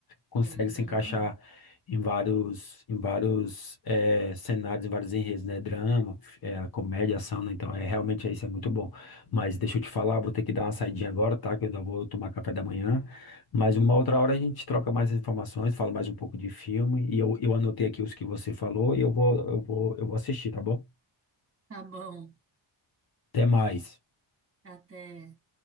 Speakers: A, on the left; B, on the right.
A: consegue
B: Ela e
A: se
B: o Wagner
A: encaixar
B: Moura.
A: em vários em vários eh, cenários, em vários enredos, né, drama, é, comédia, ação, né? Então é realmente é isso é muito bom. Mas deixa eu te falar, vou ter que dar uma saidinha agora, tá? Que eu ainda vou tomar café da manhã. Mas uma outra hora a gente troca mais informações, fala mais um pouco de filme e eu, eu anotei aqui os que você falou e eu vou eu vou eu vou assistir, tá bom?
B: Tá bom,
A: Até mais.
B: até.